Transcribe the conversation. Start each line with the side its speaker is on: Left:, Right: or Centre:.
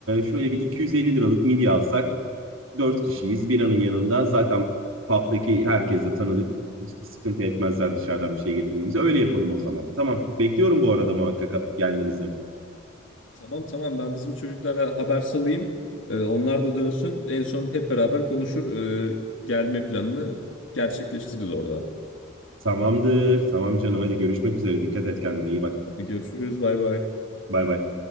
Right: şöyle bir 250 liralık midye alsak 4 kişiyiz. Biranın yanında zaten pub'daki herkes de tanıdık. Hiç sıkıntı etmezler dışarıdan bir şey getirmemize. Öyle yapalım o zaman. Tamam. Bekliyorum bu arada muhakkak gelmenizi.
Left: Tamam tamam ben bizim çocuklara haber salayım. E, onlar da dönsün. En son hep beraber konuşur. e, gelme planını gerçekleştiririz orada. Hadi
Right: Tamamdır. Tamam canım. Hadi görüşmek üzere. Dikkat et kendine. İyi bak.
Left: Tamam. görüşürüz. Bay bay.
Right: Bay bay.